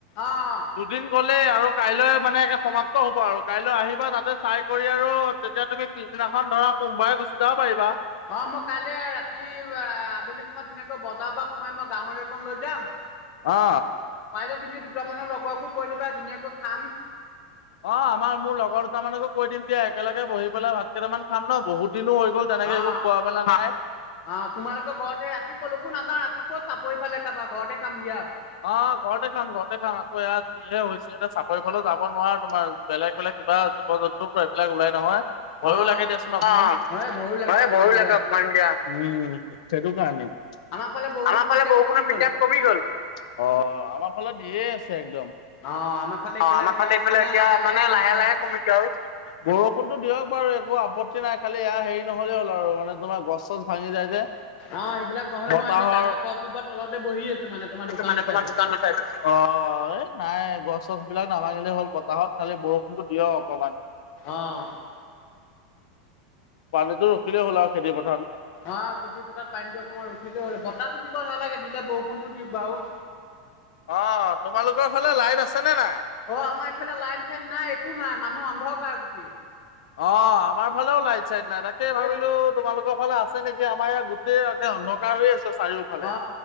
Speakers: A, on the left (about 35°); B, on the left (about 75°).
A: আহ
B: দুদিন আৰু কাইলৈ মানে একে সমাপ্ত হব আৰু কাইলৈ আহিবা তাতে চাই কৰি আৰু তেতিয়া তুমি পিছদিনা। এখন ধৰা কোনমবাই গুচি যাব পাৰিবা।
A: অ মই কাইলে ৰাতি আবেলি সোমাৰ ধুনীয়া। বজাৰ পৰা কোমাই মই গাহৰি এক লৈ যাম।
B: অ।
A: পাই যে তুমি দুটামানৰ লগকো কৈ দিবা ধুনীয়াকৈ খাম।
B: অ আমাৰ মোৰ লগৰ দুটাৰ মানকো কৈ দিম দিয়া একেলগে বহি পেলাই ভাত কেইটামান খাম ন বহুত। দিনো হৈ গ'ল তেনেকে
A: অ
B: একো খোৱা মেলা নাই।
A: অ তোমালোকে ঘৰতে ৰাতি কলকো নাযাওঁ ৰাতি। ক'ত চাব এইফালে কাৰোাবা ঘৰতে কাম দিয়া।
B: অ ঘৰতে খাম ঘৰতে খাম আকৌ ইয়াত যিহে হৈছে এতিয়া চাপৰি ফালে যাব নোৱাৰো তোমাৰ বেলেগ, বেলেগ। কিবা জীৱ জন্তুৰ পৰা এইবিলাক ওলাই নহয়। ভয়ো
A: অ
B: লাগে দেিয়চোন অক
A: হয় ভয়ো লাগে অকমান
B: ভয়ো
A: দিয়া
B: লাগে অকমান দিয়া উম সেইটো। আমাৰ
A: ফালে বৰষুণৰ
B: ফালে
A: পিকাপ
B: বৰু
A: কমি
B: কুণৰ পিত
A: গ'ল
B: কমি গল অ আমাৰ ফালে ধ আ। একদম
A: অ আমাৰ ফালে
B: অ
A: এইফালে
B: আমাৰ
A: এতিয়া
B: ফালে এইফালে
A: মানে
B: এতিয়া
A: লাহে
B: মানে
A: কমিছে
B: লাহে লাহে
A: আৰু
B: কমিছ আৰু। বৰষুণতো দিয়ক বাৰু একো আপত্তি নাই খালি এয়া হেৰি নহ'লেই হ'ল আৰু মানে তোমাৰ গছ চচ ভাঙি যায় যে।
A: অ সেইবিলাক নহলে
B: বতাহৰ
A: মই এক ডাঙৰ গছ জোপাহ তলতে বহি আছো মানে তোমাৰ দোকানৰ
B: মানে তোমাৰ
A: চাইডতে
B: দোকানৰ চাইদত <unintelligible> গছ চছ বিলাক নাভাঙিলে হল বতাহত খালি বৰষুণটো দিয়ক অকণমান।
A: অহ
B: পানীটো ৰখিলে হল আৰু খেতি প
A: অ খেতি পথাৰত পানীটো অকনমান ৰখিলও হ'ল বতাহো দিব নালাগে দিলে বৰষুণটো দিক বাৰু
B: অ তোমালোকৰ ফালে লাইট আছে নে নাই।
A: অ আমাৰ ইফালে লাইন চাইন নাই একো নাই মানুহ অন্ধকাৰ গুতেই।
B: অ আমাৰ ফালেও লাইট চাইট নাই তাকে ভাবিলো
A: এই
B: তোমালোকৰ ফালে আছে। নেকি আমাৰ ইয়াত গোটেই অ অন্ধকাৰ হৈ আছে। চাৰিওফালে।
A: অ